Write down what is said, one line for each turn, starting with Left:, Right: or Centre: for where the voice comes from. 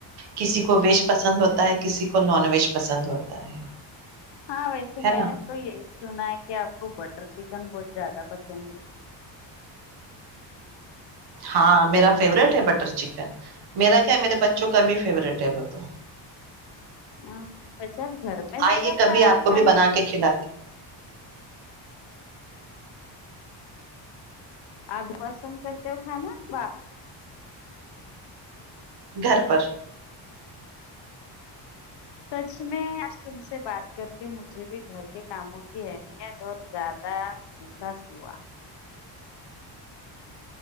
Right: کسی کو ویج پسند ہوتا ہے کسی کو نان ویج پسند ہوتا ہے
Left: ہاں ویسے
Right: ہے
Left: میں
Right: نا
Left: نے تو یہی سنا ہے کہ آپ کو ب بٹر چکن بہت زیادہ پسند ہے
Right: ہاں میرا فیوریٹ ہے بٹر چکن میرا کیا ہے میرے بچوں کا بھی فیوریٹ ہے وہ تو
Left: ہاں ویسے آپ گھرکے
Right: آئیے
Left: زیادہ
Right: کبھی
Left: بنایا
Right: آپ کو
Left: کھانا
Right: بھی بنا کے کھلاتے
Left: آپ پسند کرتے ہو کھانا کی بھر
Right: گھر پر
Left: سچ میں آج تم سے بات کر کے مجھے بھی گھر کے کاموں کی اہمیت اور زیادہ احساس ہوا